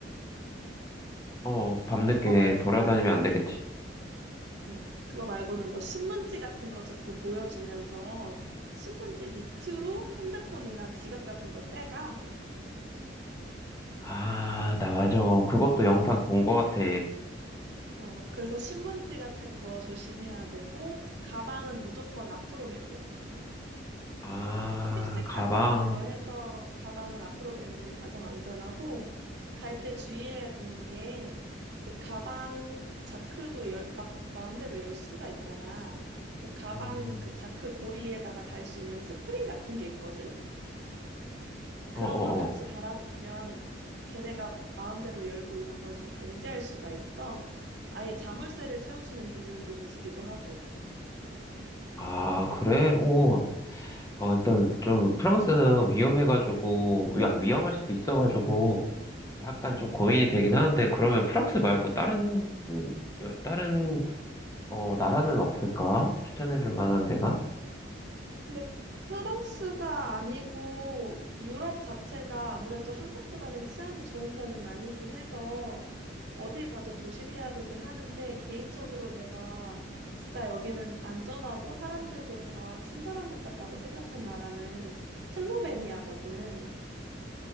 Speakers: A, on the left (about 15°); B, on the right (about 65°).
A: 어, 밤늦게
B: 그거 말고는,
A: 돌아다니면 안 되겠지.
B: 음, 그거 말고는 뭐 신문지 같은 거 자꾸 보여주면서 신문지 밑으로 핸드폰이나 지갑 같은 걸 빼가.
A: 아, 나 맞아. 그것도 영상 본 거 같아.
B: 어, 그래서 신문지 같은 거 조심해야 되고, 가방은 무조건 앞으로 메고.
A: 아,
B: 힙색
A: 가방.
B: 같은 걸로 해서 가방은 앞으로 매는 게 가장 안전하고 갈 때 주의해야 되는 게 그 가방 자크도 열, 막 마음대로 열 수가 있잖아. 그 가방
A: 음,
B: 그 자크 고리에다가 달 수 있는 스프링 같은 게 있거든.
A: 어,
B: 그런
A: 어,
B: 걸 같이
A: 어.
B: 달아두면 걔네가 마음대로 열고 이런 걸 좀 방지할 수가 있어. 아예 자물쇠를 채우시는 분들도 계시기도 하고.
A: 아, 그래? 오. 어, 일단 좀 프랑스는 위험해가지고, 야, 위험할 수도 있어가지고, 약간 좀 고민이 되긴 하는데, 그러면 프랑스 말고 다른, 음, 여- 다른, 어, 나라는 없을까? 추천해줄 만한 데가?
B: 근데 프랑스가 아니고 유럽 자체가 아무래도 한국보다는 치안이 좋은 편은 아니긴 해서 어딜 가도 조심해야 되긴 하는데 개인적으로 내가 진짜 여기는 안전하고 사람들도 다 친절한 것 같다고 생각한 나라는 슬로베니아거든.